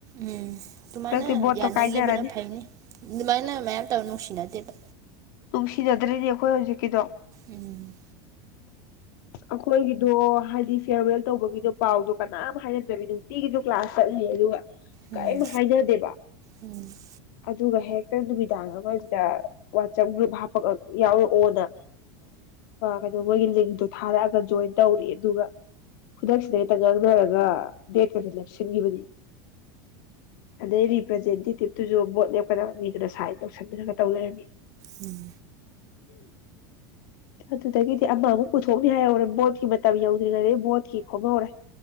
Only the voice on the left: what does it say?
ꯍꯟꯗꯛꯇꯤ ꯕꯣꯠꯇꯣ
ꯀꯥꯏꯅꯔꯅꯤ
ꯨꯡꯁꯤꯖꯗ꯭ꯔꯗꯤ ꯑꯩꯈꯣꯏ ꯍꯧꯖꯤꯛꯀꯤꯗꯣ
ꯑꯩꯈꯣꯏꯒꯤꯗꯣ ꯍꯥꯏꯗꯤ ꯐꯤꯌꯥꯔꯋꯦꯜ ꯇꯧꯕꯒꯤꯗꯣ ꯄꯥꯎꯗꯣ ꯀꯅꯥꯝ ꯍꯥꯏꯔꯝꯗꯕꯤ ꯅꯨꯡꯇꯤꯒꯤꯁꯨ ꯀ꯭ꯂꯥꯁ ꯆꯠꯅꯤ ꯑꯗꯨꯒ
ꯀꯔꯤꯝ ꯍꯥꯏꯅꯗꯦꯕ
ꯑꯗꯨꯒ ꯍꯦꯛꯇ ꯅꯨꯃꯤꯗꯥꯡꯒ ꯋꯥ ꯒ꯭ꯔꯨꯞ ꯍꯥꯄ ꯌꯥꯎꯔꯛꯑꯣꯅ ꯀꯩꯅꯣ ꯃꯣꯏꯒꯤ ꯂꯤꯡꯇꯣ ꯊꯥꯔꯛꯑꯒ ꯖꯣꯏꯟ ꯇꯧꯔꯤ ꯑꯗꯨꯒ ꯈꯨꯗꯛꯁꯤꯗꯩꯗ ꯉꯥꯡꯅꯔꯒ ꯗꯦꯠꯀꯁ ꯂꯦꯞꯁꯤꯟꯈꯤꯕꯅꯤ ꯑꯗꯩ ꯔꯤꯄ꯭ꯔꯖꯦꯟꯇꯦꯇꯤꯞꯇꯨꯁꯨ ꯣꯠ ꯂꯦꯞꯀꯗꯕ ꯃꯤꯗꯨꯅ ꯁꯥꯏꯟ ꯇꯧꯁꯟꯔꯒ ꯇꯧꯅꯔꯝꯃꯤ
ꯑꯗꯨꯗꯒꯤꯗꯤ ꯑꯃ ꯑꯃꯨꯛ ꯄꯨꯊꯣꯛꯅꯤ ꯍꯥꯏꯍꯧꯔꯦ ꯕꯣꯠꯀꯤ ꯃꯇꯝ ꯌꯧꯗ꯭ꯔꯤꯉꯩꯗꯩ ꯕꯣꯠꯀꯤ ꯈꯣꯝꯍꯧꯔꯦ